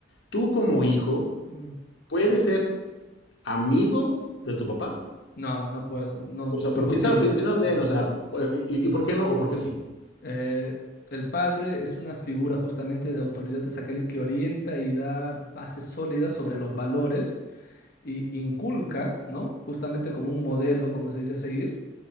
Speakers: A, on the left; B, on the left.
A: Tú como hijo,
B: Mm.
A: ¿puedes ser amigo de tu papá?
B: No, no puedo, no,
A: O sea,
B: es imposible.
A: pero piénsalo, pi- piénsalo bien, o sea, y, y- y por qué no o por qué sí?
B: Eh, el padre es una figura justamente de autoridad, es aquel que orienta y da bases sólidas sobre los valores y inculca, ¿no? Justamente como un modelo, como se dice a seguir,